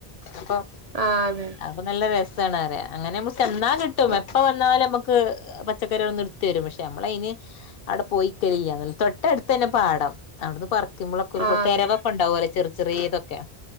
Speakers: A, on the left; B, on the right.
A: അപ്പൊ.
B: ആഹ് അതെ.
A: അപ്പൊ നല്ല രസാണറിയ അങ്ങനെ അമ്മള് ചെന്നാ കിട്ടും
B: ആഹ്
A: എപ്പ വന്നാലുംഅമ്മക്ക് ക്ക് പച്ചക്കറേളൊന്ന്ട്തെരും പക്ഷെ അമ്മളയിന്. അടെ പോയിക്കലില്ലന്നൊള്ളൂ തൊട്ടടുത്തന്നെ പാടം അവിടുന്ന് പറിക്കുമ്പോഴൊ കുരു പൊ
B: അതെ
A: തെരവൊക്കെ ഇണ്ടാവോലോ ചെർ ചെറേതൊക്കെ